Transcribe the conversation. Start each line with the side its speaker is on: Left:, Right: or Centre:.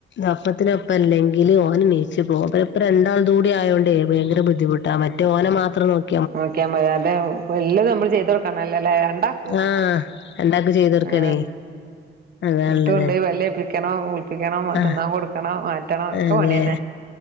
Left: ഇപ്പത്തിനൊപ്പം അല്ലെങ്കിൽ ഓന് നിച്ച് പോകും അപ്പ ഇപ്പ രണ്ടാൾത് കൂടി ആയോണ്ട് ഭയങ്കര ബുദ്ധിമുട്ടാ മറ്റേഓനെ മാത്രം നോക്ക
Right: ഓക്കെമ്മതി അത വല് നമ്മള് ചെയ്ത കൊടുക്കണം അല്ലേ അല്ല ഉണ്ടാക്കൂ
Left: ആഹ് രണ്ടാക്കും ചെയ്ത് കൊടുക്കണേ
Right: ആ
Left: അതാള്ളത്
Right: ഇർത്തുണ്ടേയ് വല്ലേ ോ വിളൽപ്പിക്കണോ
Left: ആഹ്
Right: തിന്നാൻ കൊടുക്കണോ മാറ്റം ഒക്കെ
Left: അതെ
Right: പണിയന്നേ